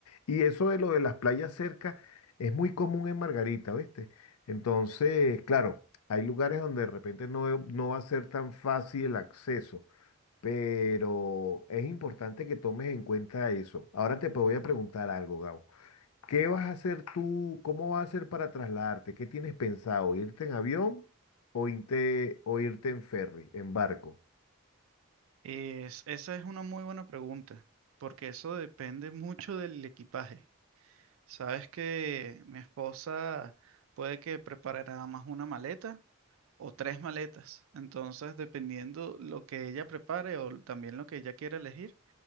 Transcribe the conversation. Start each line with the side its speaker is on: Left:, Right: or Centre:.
Left: Y eso de lo de las playas cerca es muy común en Margarita, ¿viste? Entonces, claro. Hay lugares donde de repente no, e, no va a ser tan fácil el acceso, pero es importante que tomes en cuenta eso. Ahora te voy a preguntar algo, Gabo. ¿Qué vas a hacer tú? ¿Cómo vas a hacer para trasladarte? ¿Qué tienes pensado? ¿Irte en avión o irte, o irte en ferry, en barco?
Right: Es- esa es una muy buena pregunta, porque eso depende mucho del equipaje. Sabes que mi esposa puede que prepare nada más una maleta o tres maletas. Entonces, dependiendo lo que ella prepare o también lo que ella quiera elegir,